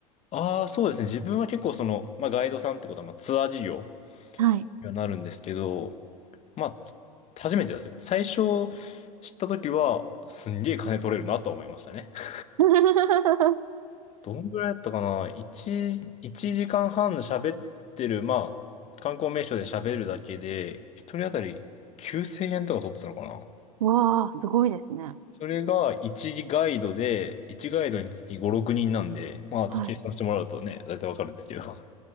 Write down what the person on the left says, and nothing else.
ああ、そうですね。自分は結構その、まあ、ガイドさんってことは、まあ、ツアー事業
にはなるんですけど、まあ、初めてですよ。最初知った時は、すんげえ金取れるなとは思いましたね。<laughs>
どんぐらいだったかな ?1、一時間半喋ってる、まあ、観光名所で喋るだけで、一人当たり9000円とか取ってたのかな
それが1ガイドで、1ガイドにつき5、6人なんで、まあ、あと計算してもらうとね、
だいたいわかるんですけど、